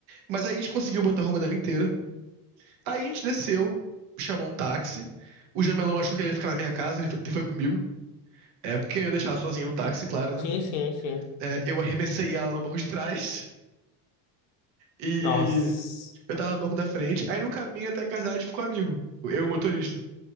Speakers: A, on the right; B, on the left.
A: Mas aí a gente conseguiu botar a roupa dela inteira. Aí a gente desceu, chamou um táxi. O Jamelão achou que ele ia ficar na minha casa, ele foi- foi comigo. É, porque eu ia deixar ela sozinha no táxi, claro,
B: Sim,
A: né?
B: sim, sim.
A: É, eu arremessei ela no banco de trás. E
B: Nossa.
A: Eu tava no banco da frente. Aí no caminho até a casa dela a gente ficou amigo. Eu e o motorista.